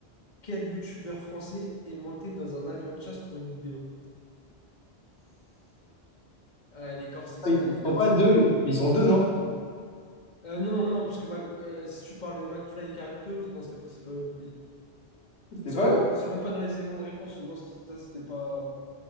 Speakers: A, on the left (about 45°); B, on the left (about 85°).
A: Quel youtubeur français est monté dans un avion de chasse pour une vidéo? Ah, elle est corsée, celle-là,
B: Ils
A: elle est corsée.
B: sont pas deux, ils sont deux, non?
A: Euh, non, non, puisque Mac- euh, si tu parles de McFly et Carlitos, non, c'était pas- c'est pas eux. Ils,
B: C'était
A: ils sont
B: pas
A: même,
B: eux?
A: ils sont même pas dans les aimants de réponse. Non, c'était c'était pas.